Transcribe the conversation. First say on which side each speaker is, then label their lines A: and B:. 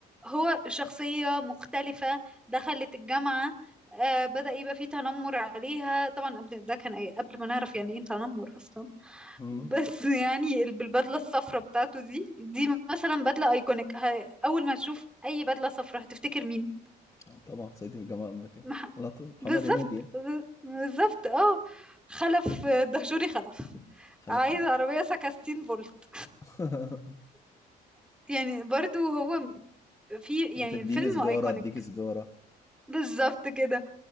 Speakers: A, in the centre; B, on the left.
A: هو شخصيه مختلفه دخلت الجامعه آه بدأ يبقى فيه تنمر عليها طبعا قبل ده كان أي قبل ما نعرف يعني ايه تنمر اصلا
B: مم.
A: بس <laughs> يعني ال- بالبدله الصفراء بتاعته دي دي مثلا بدله ايكونيك ه- اول ما تشوف اي بدله صفراء هتفتكر مين
B: آه، طبعا صعيدي في الجامعة الأمريكية
A: مح...
B: على طول محمد
A: بالظبط
B: هنيدي يعني
A: ب- بالظبط اه خلف آه، دهشوري خلف
B: خلف
A: عايز
B: الضجة
A: عربيه سكستين فولت
B: <laughs>
A: يعني برضو هو م- في يعني
B: وتديني
A: الفيلم
B: سجارة
A: ايكونيك
B: أديك سجارة
A: بالظبط كده